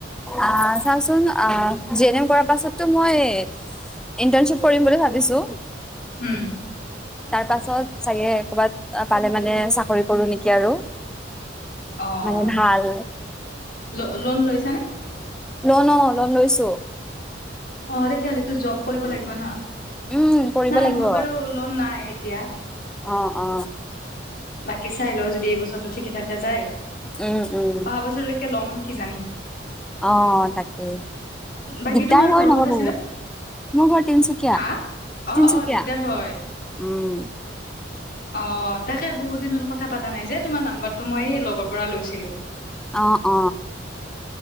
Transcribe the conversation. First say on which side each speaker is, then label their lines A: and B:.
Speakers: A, in the centre; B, on the left (about 50°).
A: আহ চাচোন আহ জি এন এম কৰাৰ পাছতো মই ইণ্টাৰ্ণশ্বিপ কৰিম বুলি ভাবিছোঁ।
B: উম,
A: তাৰ পাছত চাগে কৰ'বাত পালে মানে চাকৰি কৰো নেকি আৰু।
B: অ',
A: মানে ভাল
B: ল লোন লৈছানে?
A: লন অ', লন লৈছো।
B: অ তেতিয়াহ'লে তো জব কৰিব লাগিব না
A: উম, কৰিব
B: নাই
A: লাগিব।
B: মোৰ বাৰু লোন নাই এতিয়া
A: অ অ
B: বাকী চাই লও যদি এই বছৰটো ঠিকে থাককা যায়
A: উম, উম।
B: অহা বছৰলৈকে লম কি জানি
A: অ তাকেই
B: বাকী
A: দিগদাৰ
B: তোমাৰ
A: হৈ
B: ঘৰ
A: নব
B: ক'ত আছিলে?
A: বহুত মোৰ ঘৰ তিনচুকীয়া
B: হা? অ',
A: তিনচুকীয়া
B: অ', দিগদাৰ হয়
A: উম
B: অ তাকে বহুত দিন কথা পাতা নাই যে তোমাৰ নাম্বাৰটো মই লগৰ পৰা লৈছিলো
A: অ অ